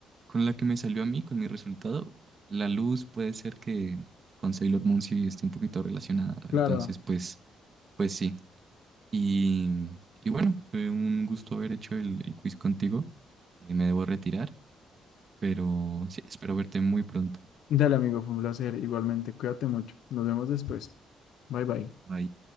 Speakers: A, on the right; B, on the left.
A: con la que me salió a mí, con mi resultado, la luz puede ser que con Sailor Moon sí esté un poquito relacionada,
B: Claro.
A: entonces pues Pues sí. Y, y bueno, fue un gusto haber hecho el, el quiz contigo. Eh, me debo retirar, pero sí, espero verte muy pronto.
B: Dale, amigo, fue un placer. Igualmente, cuídate mucho. Nos vemos después. Bye bye.
A: Bye.